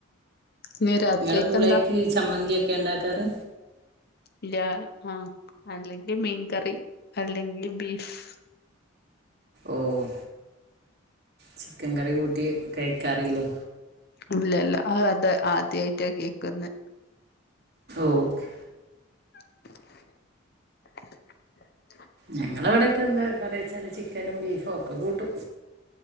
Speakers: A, on the left; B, on the right.
A: ഇനി രാത്രിക്ക്
B: ളങ്ങള് പൂളെക്ക്
A: എന്താ
B: ചമ്മന്തി ഒക്കെ ഉണ്ടാക്കാറ്
A: ഇല്ലാ ആഹ് അല്ലങ്കി മീൻകറി അല്ലങ്കി ബീഫ്
B: ഓഹ് ചിക്കൻ കറി കൂട്ടി കഴിക്കാറില്ലേ
A: ഇല്ലല്ല അത് ആദ്യായിട്ടാ കേക്കുന്നെ
B: ഓക്ക്
A: <unintelligible>
B: ഞങ്ങളെവിടൊക്കെ എന്താ കറിച്ചാല് ചിക്കനും ബീഫും ഒക്ക കൂട്ടും